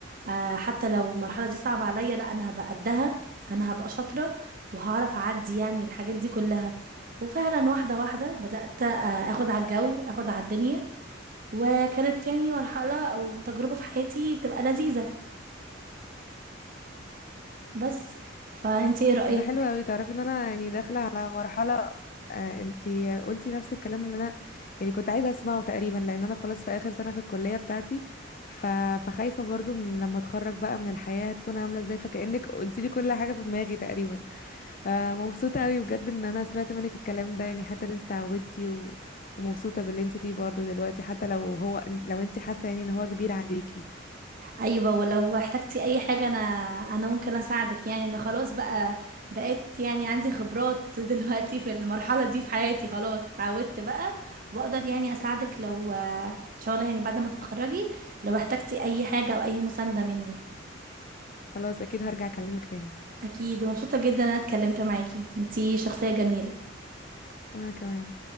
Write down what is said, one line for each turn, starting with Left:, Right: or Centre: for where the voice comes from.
Right: آه حتى لو المرحلة دي صعبة عليا لا انا هبقى قدها انا هبقى شاطرة وهعرف اعدي يعني الحاجات دي كلها وفعلا واحدة واحدة بدأت آه اخد على الجو اخد على الدنيا وكانت يعني مرحلة او تجربة في حياتي بتبقى لذيذة بس فانت ايه رأيك
Left: ده حلو قوي تعرفي ان انا يعني داخلة على مرحلة آه انتي قلتي نفس الكلام اللي انا يعني كنت عايزة اسمعه تقريبا لان انا خلاص في اخر سنة في الكلية بتاعتي ف... فخايفة برضو من لما اتخرج بقى من الحياة هتكون عاملة ازاي فكأنك قلتي لي كل حاجة في دماغي تقريبا فمبسوطة قوي بجد ان انا سمعت منك الكلام ده يعني حتى ان انت اتعودتي و... ومبسوطة باللي انت فيه برضه دلوقتي حتى لو هو لو انت حاسة يعني ان هو كبير عليكي
Right: ايوه ولو احتجتي اي حاجه انا انا ممكن اساعدك يعني انا خلاص بقى بقيت يعني عندي خبرات <laughs> دلوقتي في المرحله دي في حياتي خلاص اتعودت بقى واقدر يعني اساعدك لو آه، ان شاء الله يعني بعد ما تتخرجي لو احتجتي اي حاجه او اي مسانده مني
Left: خلاص اكيد هرجع اكلمك تاني
Right: اكيد ومبسوطه جدا إن انا اتكلمت معاكي انتي شخصيه جميله
Left: وانا كمان